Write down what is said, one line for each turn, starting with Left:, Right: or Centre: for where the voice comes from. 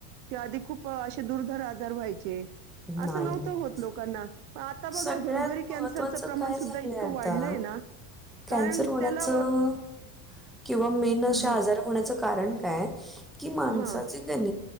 Right: किंवा आधी खूप असे दुर्धर आजार व्हायचे असं
Centre: नाही,
Right: नव्हतं
Centre: नाही.
Right: होत लोकांना पण आता बघा
Centre: सगळ्यात
Right: घरोघरी कॅन्सरचं
Centre: महत्वाचं
Right: प्रमाण
Centre: काय
Right: सुद्धा
Centre: झालंय
Right: इतकं
Centre: आता
Right: वाढलंय ना कारण
Centre: कॅन्सर होण्याचं
Right: त्याला
Centre: किंवा मेन अशा
Right: हां,
Centre: आजार होण्याचं कारण काय कि माणसाचे
Right: हां.
Centre: गण